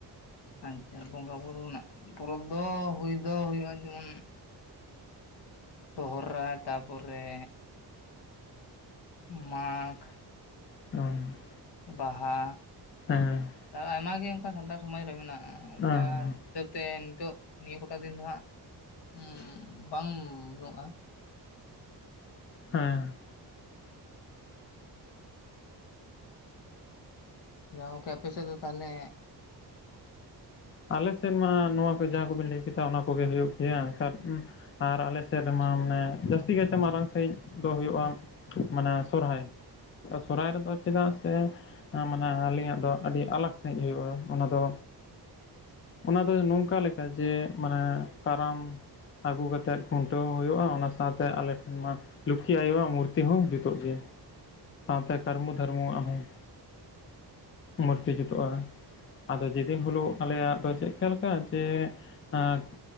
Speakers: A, on the left (about 70°); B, on the left (about 30°).
A: ᱟᱪᱷᱟ ᱵᱚᱸᱜᱟ ᱵᱩᱨᱩ ᱨᱮᱱᱟᱜ ᱯᱚᱨᱚᱵᱽ ᱫᱚ ᱦᱩᱭ ᱫᱚ ᱦᱩᱭᱩᱜᱼᱟ, ᱡᱮᱢᱚᱱ ᱥᱚᱦᱚᱨᱟᱭ ᱛᱟᱯᱚᱨᱮ ᱢᱟᱜᱷ
B: <unintelligible>
A: ᱵᱟᱦᱟ
B: ᱦᱮᱸᱦᱮᱸ
A: ᱟᱨ ᱟᱭᱢᱟᱜ ᱜᱮ ᱚᱱᱠᱟ ᱥᱟᱱᱛᱟᱲ ᱥᱚᱢᱟᱡᱽ ᱨᱮ ᱢᱮᱱᱟᱜᱼᱟ, ᱚᱱᱠᱟ
B: ᱦᱮᱸ
A: ᱤᱛᱟᱹᱵᱽ ᱛᱮ ᱱᱤᱛᱚᱜ ᱱᱤᱭᱟᱹ ᱠᱚᱴᱟ ᱫᱤᱱ ᱫᱚ ᱦᱟᱜ ᱩᱸᱻ ᱵᱟᱝᱱᱩᱜᱼᱟ᱾
B: ᱦᱮᱸ
A: ᱡᱟ ᱜᱚᱝᱠᱮ ᱟᱯᱮ ᱥᱮᱫ ᱫᱚ ᱛᱟᱦᱞᱮ
B: ᱟᱞᱮ ᱥᱮᱫ ᱢᱟ ᱱᱚᱣᱟ ᱠᱚ ᱡᱟᱦᱟᱸ ᱠᱚᱵᱮᱱ ᱞᱟᱹᱭ ᱠᱮᱫᱟ ᱚᱱᱟ ᱠᱚᱜᱮ ᱦᱩᱭᱩᱜ ᱜᱮᱭᱟ᱾ ᱮᱠᱟᱞ ᱟᱨ ᱟᱞᱮ ᱥᱮᱫ ᱨᱮᱢᱟ ᱢᱟᱱᱮ ᱡᱟᱹᱥᱛᱤ ᱠᱟᱭᱛᱮ ᱢᱟᱨᱟᱝ ᱥᱟᱺᱦᱤᱡ ᱫᱚ ᱦᱩᱭᱩᱜᱼᱟ᱾ ᱢᱟᱱᱮ ᱥᱚᱨᱦᱟᱭ ᱥᱚᱨᱦᱟᱭ ᱨᱮᱫᱚ ᱪᱮᱫᱟᱜ ᱥᱮ ᱢᱟᱱᱮ ᱟᱹᱞᱤᱧᱟᱜ ᱫᱚ ᱟᱹᱰᱤ ᱟᱞᱠ ᱥᱟᱺᱦᱤᱡ ᱦᱩᱭᱩᱜᱼᱟ᱾ ᱚᱱᱟ ᱫᱚ ᱚᱱᱟ ᱫᱚ ᱱᱚᱝᱠᱟ ᱞᱮᱠᱟ ᱡᱮ ᱢᱟᱱᱮ ᱠᱟᱨᱟᱢ ᱟᱹᱜᱩ ᱠᱟᱛᱮᱫ ᱠᱷᱩᱱᱴᱟᱹᱣ ᱦᱩᱭᱩᱜᱼᱟ ᱚᱱᱟ ᱥᱟᱶᱛᱮ ᱟᱞᱮ ᱴᱷᱮᱱ ᱢᱟ ᱞᱩᱠᱷᱤ ᱟᱭᱳᱣᱟᱜ ᱢᱩᱨᱛᱤ ᱦᱚᱸ ᱡᱩᱛᱩᱜ ᱜᱮᱭᱟ᱾ ᱥᱟᱶᱛᱮ ᱠᱟᱨᱢᱩ ᱫᱷᱟᱨᱢᱩᱣᱟᱜ ᱦᱚᱸ᱾ ᱢᱩᱨᱛᱤ ᱡᱩᱛᱩᱜᱼᱟ ᱟᱫᱚ ᱡᱮᱫᱤᱱ ᱦᱤᱞᱳᱜ ᱟᱞᱮᱭᱟᱜ ᱫᱚ ᱪᱮᱫᱠᱟ ᱞᱮᱠᱟ ᱡᱮ ᱟᱨ